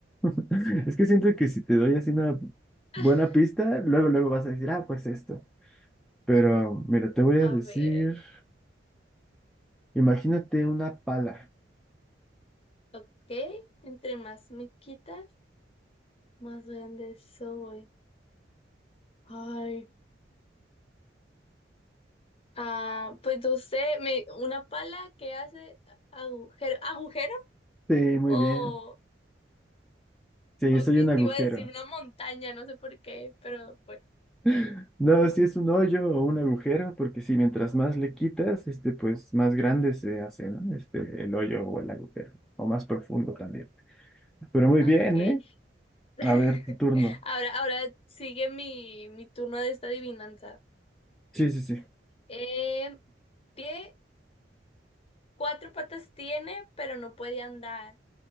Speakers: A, in the centre; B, on the left.
A: <laughs> es que siento que si te doy así una
B: <laughs>
A: buena pista, luego, luego vas a decir, ah, pues esto, pero mira, te voy
B: A
A: a decir,
B: ver,
A: imagínate una pala,
B: ok. Entre más me quitas, más grande soy. Ay. Ah, pues no sé, me, una pala que hace agujero, agujero
A: sí, muy
B: o,
A: bien, sí,
B: o
A: soy
B: que
A: un
B: te
A: agujero,
B: iba a decir una montaña, no sé por qué, pero bueno,
A: <laughs> no, si es un hoyo o un agujero, porque si mientras más le quitas, este, pues más grande se hace, ¿no? Este, el hoyo o el agujero, o más profundo también, pero muy
B: ok.
A: bien, ¿eh?
B: <laughs>
A: A ver, tu turno,
B: Ahora, ahora sigue mi, mi turno de esta adivinanza.
A: sí, sí, sí.
B: Eh, ¿qué cuatro patas tiene, pero no puede andar?